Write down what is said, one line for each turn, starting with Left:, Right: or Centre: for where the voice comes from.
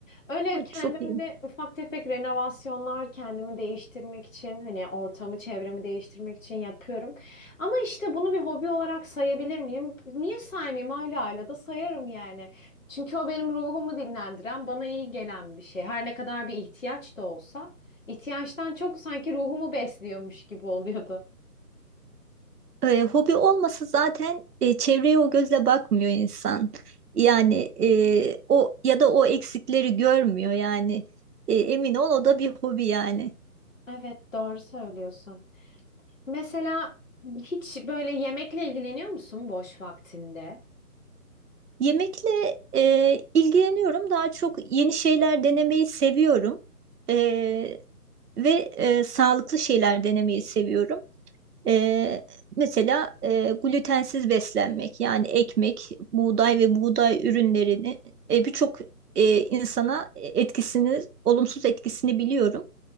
Left: Öyle
Right: Ama
Left: kendimde
Right: Çok iyi.
Left: ufak tefek renovasyonlar kendimi değiştirmek için, hani ortamı, çevremi değiştirmek için yapıyorum. Ama işte bunu bir hobi olarak sayabilir miyim? Niye saymayayım? Hala hala da sayarım yani. Çünkü o benim ruhumu dinlendiren, bana iyi gelen bir şey. Her ne kadar bir ihtiyaç da olsa, ihtiyaçtan çok sanki ruhumu besliyormuş gibi oluyordu.
Right: E, hobi olmasa zaten e, çevreye o gözle bakmıyor insan. Yani e, o ya da o eksikleri görmüyor yani. E, emin ol o da bir hobi yani.
Left: Evet doğru söylüyorsun. Mesela hiç böyle yemekle ilgileniyor musun boş vaktinde?
Right: Yemekle e, ilgileniyorum. Daha çok yeni şeyler denemeyi seviyorum. E, ve e, sağlıklı şeyler denemeyi seviyorum. Ee, mesela e, glutensiz beslenmek yani ekmek, buğday ve buğday ürünlerini e, birçok e, insana etkisini, olumsuz etkisini biliyorum.